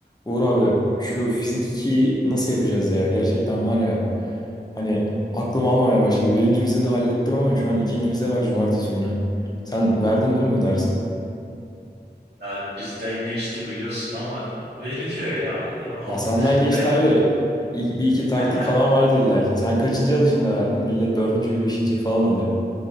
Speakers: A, on the left; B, on the right.
A: Uğur abi şu fizik 2'yi nasıl yapacağız ya? Gerçekten var ya hani aklım almamaya başladı. Birinci vizede hallettim ama şu an ikinci vize var cumartesi günü. Sen verdin değil mi bu dersi?
B: Yani bizden geçti biliyorsun ama veriliyor ya. Ama
A: Ya senden geçti
B: ben
A: abi de i- bir iki taktik
B: <laughs>
A: falan vardı illa ki. Sen kaçıncı alışında verdin? Millet dördüncüyü beşinciyi falan alıyor.